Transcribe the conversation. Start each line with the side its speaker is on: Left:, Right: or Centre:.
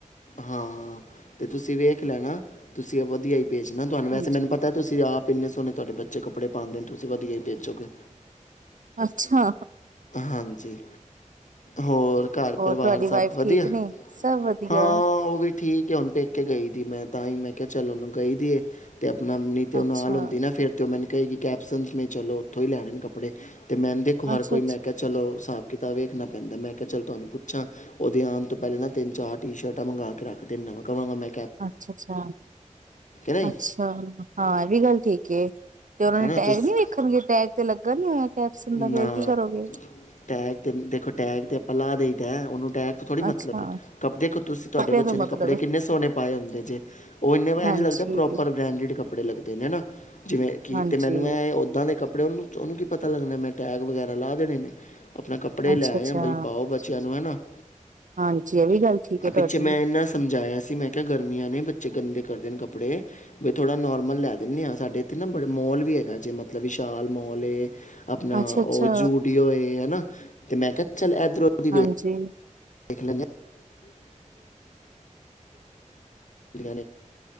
Left: ਹਾਂ ਤੇ ਤੁਸੀਂ ਵੇਖ ਲੈਣਾ, ਤੁਸੀਂ ਵਧੀਆ ਈ ਭੇਜਣਾ ਤੁਹਾਨੂੰ ਵੈਸੇ
Right: ਹਾਂਜੀ
Left: ਮੈਨੂੰ ਪਤਾ, ਤੁਸੀਂ ਆਪ ਕਿੰਨੇ ਸੋਹਨੇ ਤੁਹਾਡੇ ਬੱਚੇ ਕੱਪੜੇ ਪਾਉਦੇ ਨੇ ਤੁਸੀਂ ਵਧੀਆ ਹੀ ਪੇਜੋਗੇ
Right: ਅੱਛਾ
Left: ਹਾਂਜੀ, ਹੋਰ ਘਰ
Right: ਹੋਰ
Left: ਪਰਿਵਾਰ
Right: ਤੁਹਾਡੀ
Left: ਸਭ
Right: ਵਾਈਫ
Left: ਵਧੀਆ?
Right: ਠੀਕ ਨੇ ਸਭ ਵਧੀਆ
Left: ਹਾਂ, ਉਹ ਵੀ ਠੀਕ ਐ ਹੁਣ ਪੇਕੇ ਗਈ <unintelligible> ਮੈਂ ਤਾਂ ਹੀ ਮੈਂ ਕੇ ਚੱਲੋ ਹੁਣ ਗਈ ਦੀ ਐ ਤੇ ਆਪਣਾ ਨਹੀਂ ਤੇ ਉਹ
Right: ਅੱਛਾ
Left: ਨਾਲ ਹੁੰਦੀ ਨਾ ਫੇਰ ਤੇ ਉਹ ਮੈਨੂੰ ਕਹੇਗੀ ਕੈਪਸਨਸਮ ਮੇ ਚਲੋ ਉੱਥੋਂ ਹੀ ਲੈਣੇ ਨੇ ਕੱਪੜੇ ਅਤੇ ਮੈਮ ਦੇਖੋ ਹਰ
Right: ਅੱਛਾ
Left: ਕੋਈ
Right: ਅੱਛਾ
Left: ਮੈਂ ਕਿਹਾ ਚਲੋ ਸਭ ਕਿਤਾ ਵੇਖਣਾ ਪੈਂਦਾ ਮੈਂ ਕਿਹਾ ਚੱਲ ਤੁਹਾਨੂੰ ਪੁੱਛਾਂ ਉਦੇ ਆਣ ਤੋਂ ਪਹਿਲਾਂ ਨਾ ਤਿੰਨ ਚਾਰ ਟੀ ਸ਼ਰਟਾਂ ਮੰਗਵਾ ਕੇ ਰੱਖ ਦਿਨਾਂ ਵਾਂ ਕਵਾਂਗਾ ਮੈ
Right: ਅੱਛਾ-ਅੱਛਾ-ਅੱਛਾ,
Left: ਨਹੀਂ
Right: ਹਾਂ ਏਵੀ ਗੱਲ ਠੀਕ ਏ। ਤੇ ਉਹਨਾਂ ਨੇ
Left: ਹੈ ਨਾ
Right: ਟੈਗ
Left: ਤੁਸ
Right: ਨੀ ਵੇਖਣਗੇ ਟੈਗ ਤੇ ਲੱਗਾ ਨੀ ਹੋਇਆ ਕੈਪਸਨ ਦਾ
Left: ਨਾ
Right: ਫੇਰ ਕੀ ਕਰੋਗੇ
Left: ਟੈਗ ਦੇਖੋ ਟੈਗ ਦੇ ਆਪਾ ਲਾ ਦਈਦਾ, ਟੈਗ ਤੋਂ ਥੋੜੀ ਮਤਲਬ
Right: ਅੱਛਾ
Left: ਕੱਪੜੇ ਤੁਸੀਂ ਤੁਹਾਡੇ
Right: ਕੱਪੜਿਆਂ
Left: ਬੱਚੇ
Right: ਤੋਂ ਮਤਲਬ
Left: ਨੇ ਕੱਪੜੇ
Right: ਏ।
Left: ਕਿੰਨੇ ਸੋਹਣੇ ਪਾਏ ਹੁੰਦੇ ਜੇ ਉਹ ਇੰਨੇ ਐਂਜ
Right: ਹਾਂਜੀ
Left: ਲੱਗਦਾ ਪ੍ਰੋਪਰ ਬਰੈਂਡਡ ਕੱਪੜੇ ਲੱਗਦੇ ਨੇ ਹਨਾ, ਜਿਵੇਂ ਕਿ
Right: ਹਾਂਜੀ
Left: ਤੇ ਮੈਨੂੰ ਐਂ ਉਦਾਂ ਦੇ ਕੱਪ ਕੱਪੜੇ ਉਹਨੂੰ-ਉਹਨੂੰ ਕੀ ਪਤ ਤਾ ਲੱਗਨਾ ਮੈਂ ਟੈਗ ਵਗੈਰਾ ਲਾ ਦੇਣੇ ਨੇ। ਆਪਣਾ ਕੱਪੜੇ ਲਾ
Right: ਅੱਛਾ
Left: ਆਏ
Right: ਅੱਛਾ
Left: ਹਾਂ ਬਈ ਪਾਓ ਬੱਚਿਆਂ ਨੂੰ ਹੈ ਨਾ ਹਾਂ
Right: ਹਾਂਜੀ ਇਹ ਵੀ ਗੱਲ ਠੀਕ ਹੈ ਤੁਹਾਡੀ
Left: ਪਿੱਛੇ ਮੈਂ ਇਨਾ ਸਮਝਾਇਆ ਸੀ ਮੈਂ ਕਿਹਾ ਗਰਮੀਆਂ ਨੇ ਬੱਚੇ ਗੰਦੇ ਕਰਦੇ ਨੇ ਕੱਪੜੇ ਵੀ ਥੋੜ੍ਹਾ ਨੋਰਮਲ ਲੈ ਦਿੰਨੇ ਆ ਸਾਡੇ ਇੱਥੇ ਨਾ ਬੜੇ ਮੋਲ ਵੀ ਹੈਗਾ ਜੇ ਮਤਲਬ ਵਿਸ਼ਾਲ ਮੋਲ ਏ ਆਪਣਾ
Right: ਅੱਛਾ
Left: ਉਹ
Right: ਅੱਛਾ
Left: ਜੂਡੀਓ ਏ ਹਨਾਂ ਤੇ ਮੈਂ ਕਿਹਾ ਚੱਲ ਇਧਰੋਂ ਵੀ ਵੇ
Right: ਹਾਂਜੀ
Left: <unintelligible> ਹੁੰਦੀਆ ਨੇ,